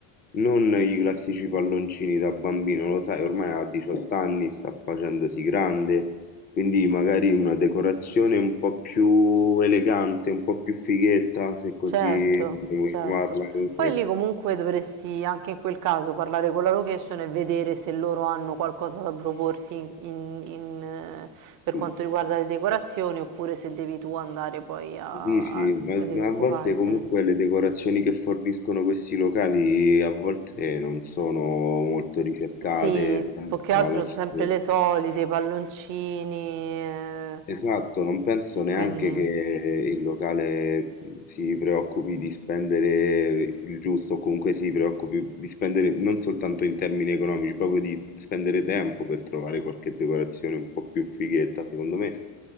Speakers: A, on the left; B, on the right.
A: non i classici palloncini da bambino, lo sai, ormai ha 18 anni, sta facendosi grande, quindi magari una decorazione un po' più elegante, un po' più fighetta, se così
B: Certo,
A: vogliamo
B: certo.
A: chiamarla, comunque
B: Poi lì comunque dovresti anche in quel caso parlare con la location e vedere se loro hanno qualcosa da proporti in- in- in, eh, per
A: Mh,
B: quanto riguarda le decorazioni oppure se devi tu andare poi a,
A: dici,
B: a-
A: ma
B: ed occupartene.
A: a volte comunque le decorazioni che forniscono questi locali a volte non sono molto ricercate,
B: Sì,
A: tendono
B: più che
A: a
B: altro
A: lasciare
B: sempre le solite, i palloncini, eh,
A: esatto, non penso neanche
B: quindi...
A: che il locale, mhmm, si preoccupi di spendere il giusto o comunque si preoccupi di spendere non soltanto in termini economici, proprio di spendere tempo per trovare qualche decorazione un po' più fighetta, secondo me